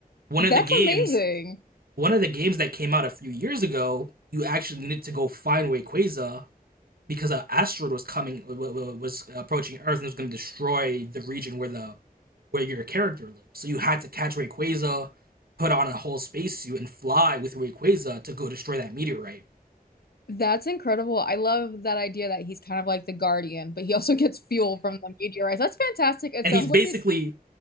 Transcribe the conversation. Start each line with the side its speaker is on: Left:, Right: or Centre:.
Right: One
Left: that's
Right: of the games,
Left: amazing.
Right: one of the games that came out a few years ago, you actually needed to go find Rayquaza because an asteroid was coming was approaching Earth and it was going to destroy the region where the where your character lives. So you had to catch Rayquaza, put on a whole spacesuit, and fly with Rayquaza to go destroy that meteorite.
Left: That's incredible. I love that idea that he's kind of like the guardian, but he also gets fuel from the meteorites. That's fantastic. It
Right: And
Left: sounds
Right: he's basically
Left: like this.